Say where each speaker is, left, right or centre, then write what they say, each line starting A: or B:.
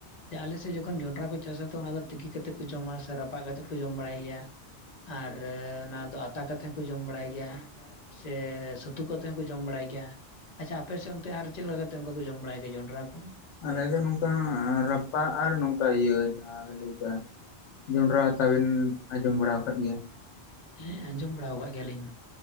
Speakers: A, on the left; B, on the left.
A: ᱡᱮ ᱟᱞᱮᱥᱮᱫ ᱡᱚᱠᱷᱚᱱ ᱡᱚᱱᱰᱨᱟ ᱠᱚ ᱪᱟᱥᱟ ᱛᱚ ᱚᱱᱟ ᱫᱚ ᱛᱤᱠᱤ ᱠᱟᱛᱮᱫ ᱠᱚ ᱡᱚᱢᱟ ᱨᱟᱯᱟᱜ ᱠᱟᱛᱮ ᱠᱚ ᱡᱚᱢ ᱵᱟᱲᱟᱭ ᱜᱮᱭᱟ ᱟᱨ ᱚᱱᱟ ᱫᱚ ᱟᱛᱟ ᱠᱟᱛᱮᱫ ᱦᱚᱸ ᱠᱚ ᱡᱚᱢ ᱵᱟᱲᱟᱭ ᱜᱮᱭᱟ ᱥᱮ ᱥᱩᱛᱩ ᱠᱟᱛᱮ ᱦᱚᱸ ᱠᱚ ᱡᱚᱢ ᱵᱟᱲᱟᱭ ᱜᱮᱭᱟ ᱟᱪᱪᱷᱟ ᱟᱯᱮ ᱥᱮᱫ ᱚᱱᱛᱮ ᱟᱨ ᱪᱮᱫ ᱞᱮᱠᱟ ᱠᱟᱛᱮ ᱚᱱᱠᱟ ᱠᱚ ᱡᱚᱢ ᱵᱟᱲᱟᱭ ᱜᱮᱭᱟ ᱡᱚᱱᱰᱨᱟ ᱠᱚ
B: ᱟᱞᱮ ᱫᱚ ᱱᱚᱝᱠᱟ ᱨᱟᱯᱟᱜ ᱟᱨ ᱱᱚᱝᱠᱟ ᱤᱭᱟᱹ ᱡᱟᱦᱟᱸᱞᱮ ᱞᱮᱠᱟ ᱡᱚᱸᱰᱨᱟ ᱟᱛᱟ ᱵᱤᱱ ᱟᱸᱡᱚᱢ ᱵᱟᱲᱟ ᱟᱠᱟᱫ ᱜᱮᱭᱟ
A: ᱦᱮᱸ ᱟᱸᱡᱚᱢ ᱵᱟᱲᱟ ᱟᱠᱟᱫ ᱜᱮᱭᱟᱞᱤᱧ